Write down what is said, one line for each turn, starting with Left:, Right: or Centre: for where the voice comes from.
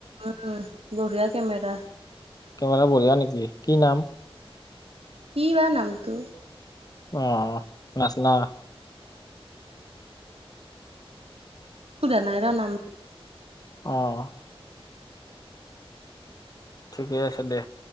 Right: উম বঢ়াই কেমেৰা
Left: কেমেৰা বঢ়িয়া নেকি কি নাম
Right: কিয়ে নামটো
Left: আহ নচনা
Right: সুধা নাই ৰ নামটো
Left: আহ ঠিকে আছে দে